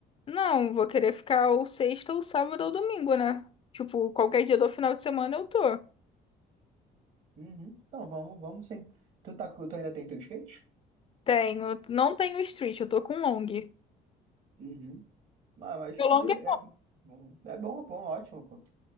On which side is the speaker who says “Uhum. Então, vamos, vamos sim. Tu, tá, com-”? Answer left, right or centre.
Right